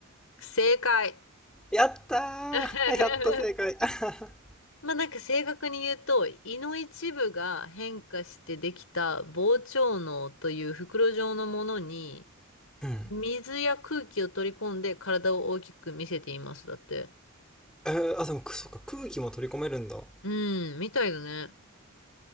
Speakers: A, on the left; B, in the centre.
A: ー正解。
B: ー。やった
A: <laughs>
B: ーやっと正解。<laughs>
A: まあなんか正確に言うと、胃の一部が変化してできた膨張嚢という袋状のものに、
B: うん。
A: 水や空気を取り込んで体を大きく見せています。だって。
B: えーあ、でも、くそっか、空気も取り込めるんだ。
A: うん、みたいだね。